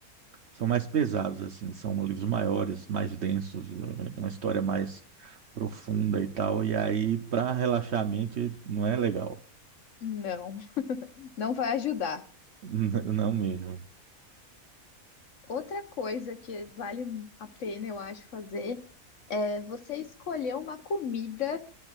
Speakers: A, on the right (about 55°); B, on the left (about 60°).
A: são mais pesados, assim, são livros maiores, mais densos, um, uma história mais profunda e tal. E aí, para relaxar a mente, não é legal.
B: não, não vai ajudar.
A: <laughs> N- Não mesmo.
B: Outra coisa que vale a pena, eu acho, fazer é você escolher uma comida